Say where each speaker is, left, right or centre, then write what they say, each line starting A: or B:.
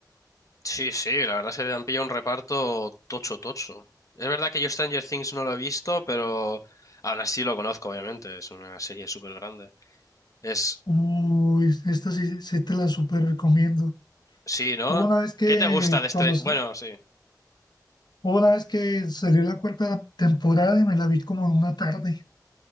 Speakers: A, on the left (about 50°); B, on the left (about 70°).
A: Sí, sí, la verdad se han pillado un reparto tocho, tocho. Es verdad que yo Stranger Things no lo he visto, pero aún así lo conozco, obviamente. Es una serie súper grande. Es.
B: Uy, esta sí, sí te la súper recomiendo.
A: Sí, ¿no?
B: Hubo una vez que
A: ¿Qué te gusta de este...?
B: cuando sa-
A: Bueno, sí.
B: hubo una vez que salió la cuarta temporada y me la vi como en una tarde.